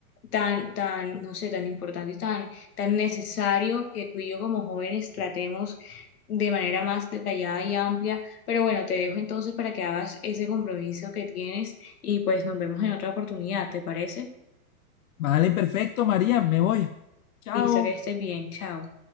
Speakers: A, on the left; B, on the left.
A: tan, tan, no sé, tan importante y tan, tan necesario que tú y yo como jóvenes tratemos de manera más detallada y amplia. Pero bueno, te dejo entonces para que hagas ese compromiso que tienes y pues nos vemos en otra oportunidad, ¿te parece?
B: Vale, perfecto, María, me voy. Chao.
A: Listo, que estés bien, chao.